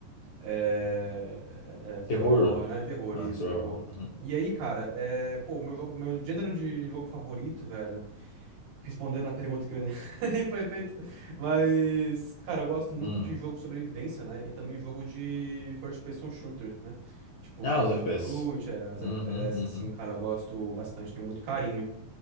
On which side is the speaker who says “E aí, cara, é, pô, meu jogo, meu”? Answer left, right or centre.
Right